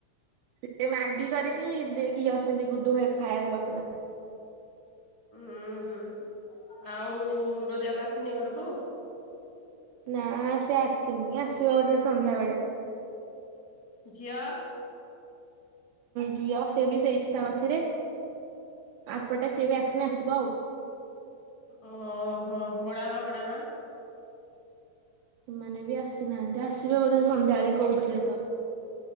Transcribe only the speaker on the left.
ଉୁଁ ହୁଁ ଆଉ ରୋଜା ଅପା ଆସିନି ଘରକୁ?
ଝିଅ?
ଓହୋ, ବଡ଼ ବାପା, ବଡ଼ ମାଆ?